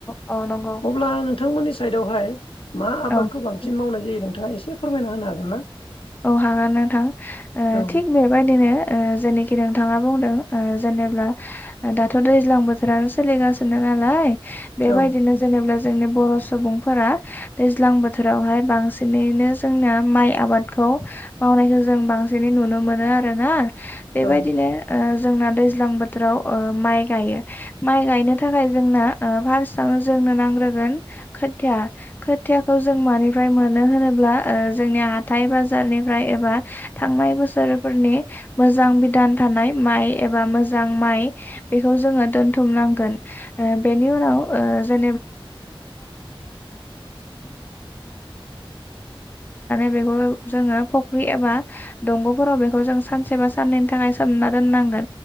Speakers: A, on the left (about 20°); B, on the left (about 75°).
A: औ नंगौ
B: अब्ला नोंथांमोननि साइदआवहाय मा
A: औ
B: आबादखौ बांसिन मावनाय जायो नोंथाङा एसे फोरमायना होनो हागोन ना?
A: औ हागोन नोंथां ओ
B: औ
A: थिग बेबायदिनो ओ जोंनिखि नों नोंथाङा बुंदों ओ जेनेबा दाथ' दैज्लां बोथोरानो सोलिगासिनो नालाय बेबायदिनो
B: औ
A: जेनेबा जोंनि बर' सुबुंफोरा दैज्लां बोथोरावहाय बांसिनैनो जोंना माइ आबाद खौ मावनायखौ जों बांसिनै नुनो मोनो आरोना बेबायदिनो।
B: औ
A: जोंना दैज्लां बोथोराव माइ गायो माइ गायनो थाखाय जोंना फारस्ट जों नांग्रोगोन खोथिया। खोथियाखौ जों मानिफ्राय मोनो होनोब्ला जोंनि हाथाइ बाजारनिफ्राय एबा थांनाय बोसोरफोरनि मोजां बिदान थानाय माइ एबा। मोजां माइ बिखौ जों दोनथुनांगोन बिनि उनाव जे <inaudible> बेखौ जोङो फख्रि एबा दंग'फोराव बेखौ जों सानसे बा साननैनि थाखाय सोमना दोननांगौ।